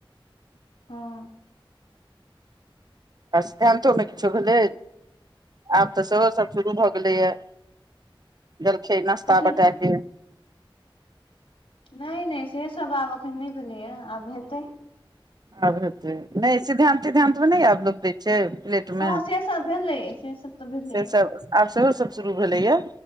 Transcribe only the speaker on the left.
हँ
कथी
नहि नहि से सब आब एखन नहि भेलैए आब हेतै
हँ से सब भेलै से सबत भेलैए